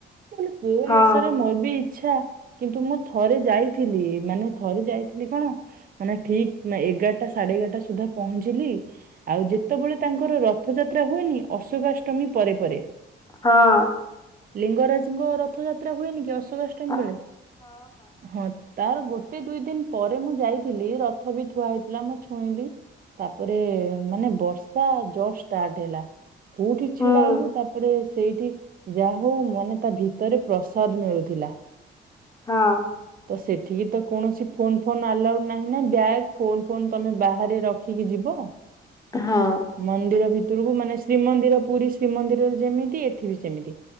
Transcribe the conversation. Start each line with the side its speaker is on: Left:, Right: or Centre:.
Right: କହିଲି କୋଉ
Left: ହଁ
Right: ମସାରେ ମୋର ବିି ଆଛା କିନ୍ତୁ ମୁଁ ଥରେ ଯାଇଥିଲି ମାନେ ଥରେ ଯାଇଥିଲି କଣ ମାନେ ଠିକ୍ ଏଗାରଟା ସାଢେ ଏଗାରଟା ସୁଦ୍ଧା ପହଞ୍ଚିଲି। ଆଉ ଯେତେବେଳେ ତାଙ୍କର ରଥଯାତ୍ରା ହୁଏନି ଅଶୋକାଷ୍ଟମୀ ପରେ ପରେ।
Left: ହଁ।
Right: ଲିଙ୍ଗରାଜଙ୍କ ରଥଯାତ୍ରା ହୁଏନି କି ଅଶଧ ଅଷ୍ଟମ
Left: ହଁ
Right: ବେଳେ? ହଁ। ତାର ଗୋଟେ ଦୁଇ ଦିନ୍ ପରେ ମୁଁ ଯାଇଥିଲି ରଥ ବି ଥୁଆ ହେଇଥିଲା ମୁଁ ଛୁଇଁଲି। ତାପରେ ମାନେ ବର୍ଷା ଜଷ୍ଟ ଷ୍ଟାର୍ଟ ହେଲା କୋଉଠି
Left: ହୁଁ
Right: ଛିଡା ହବୁ ତାପରେ ସେଇଠି ଯାହା ହଉ ମାନେ ତା ଭିତରେ ପ୍ରସାଦ ମିଳୁଥିଲା।
Left: ହଁ।
Right: ତ ସେଠିକି ତ କୌଣସି ଫୋନ୍ ଫୋନ୍ ଆଲାଉଡ଼୍ ନାହିଁ ନା ବ୍ୟାଗ୍ ଫୋନ୍ ଫୋନ୍ ତୁମେ ବାହାରେ ରଖିକି ଯିବ।
Left: ହଁ।
Right: ମନ୍ଦିର ଭିତରକୁ ମାନେ ଶ୍ରୀମନ୍ଦିର ପୁରୀ ଶ୍ରୀମନ୍ଦିର ଯେମିତି ଏଠି ବି ସେମିତି।